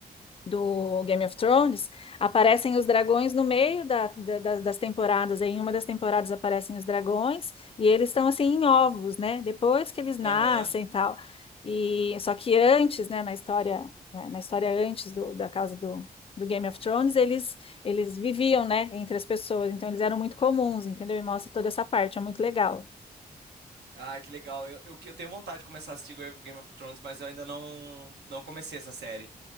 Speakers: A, on the left; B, on the right.
A: do Game of Thrones aparecem os dragões no meio da, da- da- das temporadas. Em uma das temporadas aparecem os dragões e eles estão assim em ovos, né? Depois que eles nascem
B: aham.
A: e tal. E só que antes, né, na história, né, na história antes do, da causa do, do Game of Thrones, eles eles viviam, né, entre as pessoas, então eles eram muito comuns, entendeu? E mostra toda essa parte, é muito legal.
B: ah, que legal. Eu, eu, eu tenho vontade de começar a assistir Game of Thrones, mas eu ainda não, não comecei essa série.